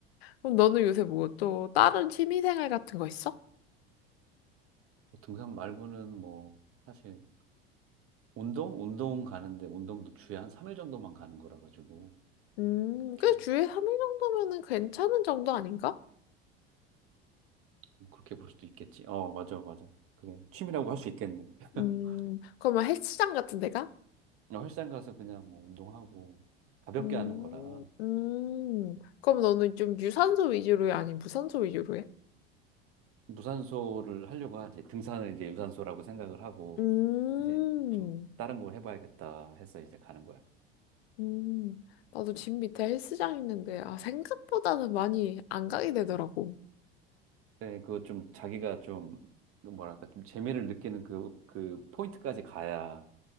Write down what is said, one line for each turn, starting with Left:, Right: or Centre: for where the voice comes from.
Left: 그럼 너는 요새 뭐 또 다른 취미 생활 같은 거 있어?
Right: 뭐 등산 말고는 뭐 사실 운동? 운동 가는데 운동도 주에 한 3일 정도만 가는 거라 가지고
Left: 음,
Right: 그렇게
Left: 꽤 주에 3일 정도면은 괜찮은 정도 아닌가?
Right: 뭐 그렇게 볼 수도 있겠지. 어, 맞아, 맞아. 그래. 취미라고 할 수 있겠네. <laughs>
Left: 음, 그러면 헬스장 같은 데가?
Right: 그냥 헬스장 가서 그냥 뭐 운동하고 가볍게
Left: 음,
Right: 하는 거라
Left: 음. 그럼 너는 좀 유산소 위주로 해? 아니, 무산소 위주로 해?
Right: 무산소를 하려고 하지. 등산을 이제 유산소라고 생각을 하고
Left: 음,
Right: 이제 좀 다른 걸 해봐야겠다 해서 이제 가는 거야.
Left: 음. 나도 집 밑에 헬스장 있는데, 아, 생각보다는 많이 안 가게 되더라고.
Right: 그데 그거 좀 자기가 좀그 뭐랄까 좀 재미를 느끼는 그, 그 포인트까지 가야